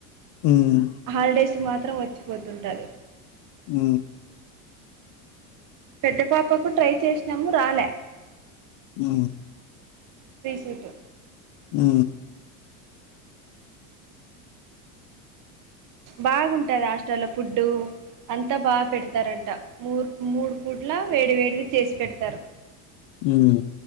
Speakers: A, on the left; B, on the right.
A: హ్మ్.
B: హాలిడేస్కీ మాత్రం వచ్చిపోతుంటది
A: ఉ
B: పెద్ద పాపకు ట్రై చేసినాము రాలే
A: ఉ
B: ఫ్రీ సీట్
A: ఉ
B: బాగుంటది హాస్టల్లో ఫుడ్డు అంతా బాగా పెడతారంట మూ మూడు పూట్ల వేడి వేడిది చేసి పెడతారు
A: హ్మ్.